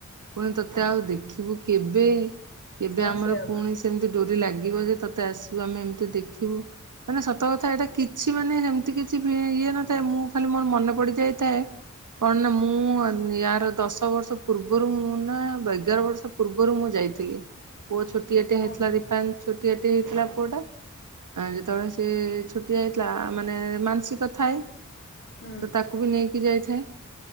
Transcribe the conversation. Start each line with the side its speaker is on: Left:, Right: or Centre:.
Right: ପୁଣି ତତେ ଆଉ ଦେଖିବୁ କେବେ, କେବେ
Left: ହଁ
Right: ଆମର
Left: ସେଇଆ
Right: ପୁଣି
Left: ବା
Right: ସେ ସେମ୍ତି ଡୋରି ଲାଗିବ ଯେ ତତେ ଆସିବୁ ଆମେ ଏମ୍ତି ଦେଖିବୁ। ମାନେ ସତ କଥା ଏଇଟା କି ଛି ମାନେ ହେମ୍ତି କିଛି ଇଏ ନଥାଏ ମୁଁ ଖାଲି ମୋର ମନେ ପଡି ଯାଇଥାଏ କଣ ନା ମୁଁ ୟାର ଦଶ ବର୍ଷ ପୂର୍ବରୁ ମୁଁ ନା ଏଗାର ବର୍ଷ ପୂର୍ବରୁ ମୁଁ ଯାଇଥିଲି। ପୁଅ ଛୋଟିଆଟେ ହେଇଥିଲା
Left: ଓହୋ
Right: <unintelligible> ଛୋଟିଆଟେ ହେଇଥିଲା ପୁଅଟା। ଆ ଯେତେବେଳେ ସେ ଛୋଟିଆ ହେଇ ଥିଲା ମାନେ ମାନସିକ ଥାଏ,
Left: ହୁଁ
Right: ତ ତାକୁ ବି ନେଇକି ଯାଇଥାଏ।